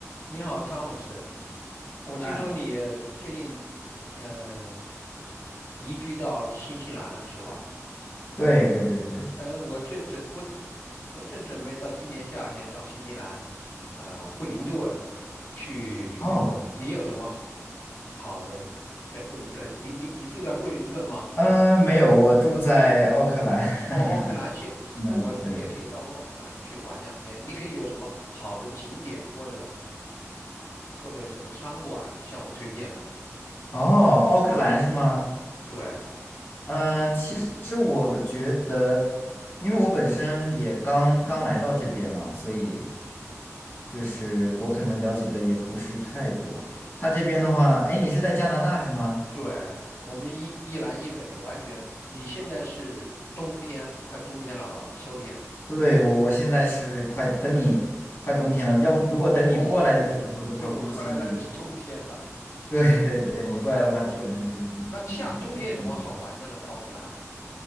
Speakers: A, on the left; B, on the left.
A: 你好汤姆 o 我听说你最近
B: 嗯，
A: 呃移居到新西兰了，是吧？
B: 对对对对，
A: 呃，我最准我我正准备到今年夏天到新西兰，啊、惠灵顿去旅游。
B: 哦，
A: 你有什么好好的在惠灵顿？你你你住在惠灵顿吗？
B: 嗯、没有，我住在奥克兰。<laughs>
A: 哦，奥克兰现那我也可以到奥克兰去玩两天。
B: 嗯嗯，对对。
A: 你可以有什么好的景点或者或者什么餐馆向我推荐的？
B: 哦，奥克兰是吗？
A: 对。
B: 嗯、其实我觉得，因为我本身也刚刚来到这边嘛，所以就是我可能了解的也不是太多。他这边的话，哎，你是在加拿大是吗？
A: 对，我们一一南一北，完全。你现在是冬天，快冬天了吧？秋天？
B: 对，我我现在是快等你快冬天了，要如果等你过来的时候的话，
A: 哦，对，我过来那就是冬天了。
B: 估计。<laughs> 对对对，
A: 哦，
B: 你过来的话，
A: 那还不凑巧。
B: 基本上就是冬天了。
A: 那夏冬天有什么好玩的呢？
B: 嗯，
A: 在奥克兰？